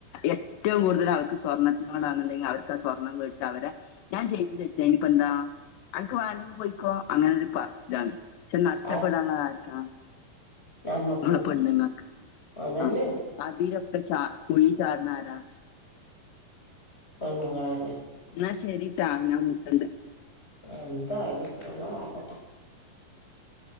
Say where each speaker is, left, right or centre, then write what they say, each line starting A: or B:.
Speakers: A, on the left; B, on the left.
A: ഏറ്റവും കൂടുതല് അവർക്ക് സ്വർണത്തിനോടാണുണ്ടെ അവ സ്വർണം വേടിച്ച അവര ഞാൻ ചെയ്ത് തെറ്റ അയ്നിപ്പന്താ അനക്ക് വേണ്ടെങ്കി പോയിക്കോ അങ്ങനൊരു പറച്ച്ലാണ് ക്ഷെ നഷ്ടപ്പെടാനുള്ളതാര്ക്കാ
B: അത് നമ്മക്ക്
A: ങ്ങള് പെണ്ണുങ്ങക്ക്
B: അതന്നെ
A: ആ അതിലൊക്കെ ച കുഴീ ചാട്ണാരാ
B: പെണ്ണുങ്ങളന്നെ
A: എന്നാ ശരിട്ടാ ഞാൻ വിളിക്കണ്ട്
B: എന്തായാലും അള്ള കാക്കട്ട